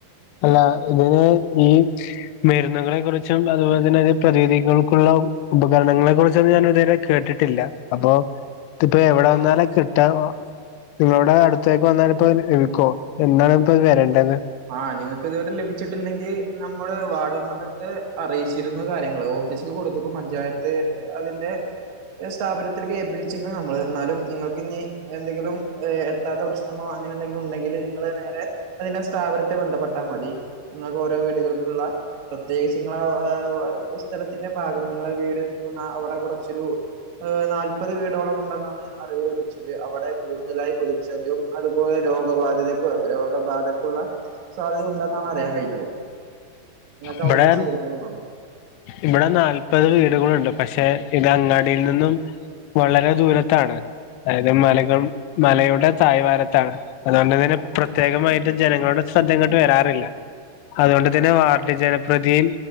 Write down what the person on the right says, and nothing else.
ആ നിങ്ങൾക്ക് ഇതുവരെ ലഭിച്ചിട്ടില്ലെങ്കിൽ നമ്മൾ വാർഡ് മെമ്പറിന്റെ അടുത്ത് അറിയിച്ചിരുന്നു കാര്യങ്ങള് ഓഫീസില് കൊടുത്തക്കും പഞ്ചായത്ത് അതിന്റെ സ്ഥാപനത്തിലേക്ക് ഏൽപ്പിച്ചിരിക്കുന്നു നമ്മള് എന്നാലും നിങ്ങൾക്ക് ഇനി എന്തെങ്കിലും എത്താത്ത പ്രശ്നമോ അങ്ങനെ എന്തെങ്കിലും ഉണ്ടെങ്കിൽ നിങ്ങൾ നേരെ അതിന്റെ സ്ഥാപനത്തെ ബന്ധപ്പെട്ടാൽ മതി നിങ്ങൾക്ക് ഓരോ വീടുകൾക്കുള്ള പ്രത്യേകിച്ച് നിങ്ങള ആ സ്ഥലത്തിന്റെ ഭാഗം നിങ്ങളെ വീട് നിൽക്കുന്ന അവിടെ കുറച്ചൊരു നാല്പത് വീടോളം ഉണ്ടെന്നാണ് അറിവ് ലഭി ച്ചത് അവിടെ കൂടുതലായി കൊതുകു ശല്യം അതുപോലെ രോഗബാധ്യതക്കു രോഗബാധക്കുള്ള സാധ്യത ഉണ്ടെന്നാണ് അറിയൻ കഴിഞ്ഞത് നിങ്ങൾക്ക്
അവിടുന്ന് സ്ഥിരീകരിച്ചത് കൊണ്ടാണ്.